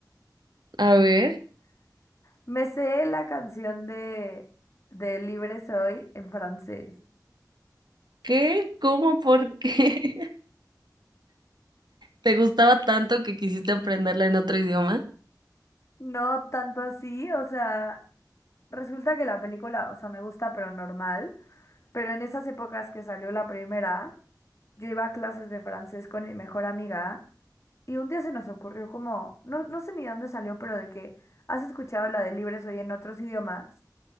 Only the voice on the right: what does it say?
A ver.
¿Qué? ¿Cómo? ¿Por qué? <laughs> ¿Te gustaba tanto que quisiste aprenderla en otro idioma?